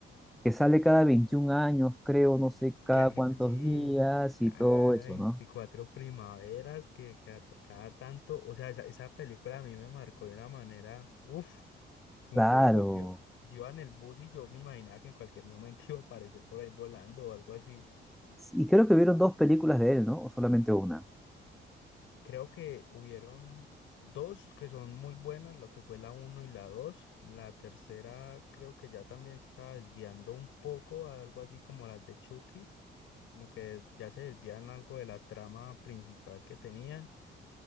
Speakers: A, in the centre; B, on the left.
A: que sale cada 21 años, creo, no sé cada
B: que,
A: cuántos
B: que- sí,
A: días
B: cada
A: y todo eso,
B: 24
A: ¿no?
B: primaveras, que cada, cada tanto, o sea, esa, esa película a mí me marcó de una manera, uff, como
A: Claro.
B: te digo, yo, yo iba en el bus y yo me imaginaba que en cualquier <laughs> momento iba a aparecer por ahí volando o algo así.
A: Sí, Y creo que vieron dos películas de él, ¿no? O solamente una.
B: Creo que hubieron dos que son muy buenas, lo que fue la uno y la dos. La tercera creo que ya también se estaba desviando un poco a algo así como las de Chucky, como que ya se desvían algo de la trama principal que tenían.